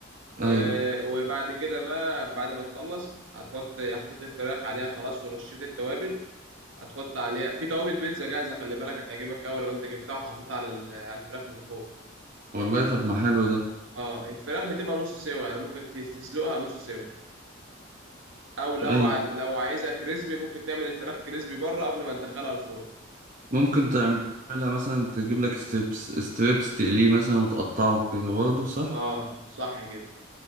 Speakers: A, on the right; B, on the right.
A: و-
B: ايوه
A: وبعد كده بقى بعد ما تخلص هتحط حطيت الفراخ عليها خلاص ورشيت التوابل هتحط عليها في توابل بيتزا جاهزة خلي بالك هتعجبك قوي لو انت جبتها وحطيتها على ال- على الفراخ من فوق
B: والله طب ما حلو ده
A: اه الفراخ بتبقى نص سوا يعني ممكن تس- تسلقها نص سوا او لو
B: ايوه
A: عايز- لو عايزها كريسبي ممكن تعمل الفراخ كريسبي بره قبل ما تدخلها الفرن
B: ممكن تعملها مثلا تجيب لك ستريبس ستريبس تقليه مثلا وتقطعه كده برضه صح
A: اه صح كده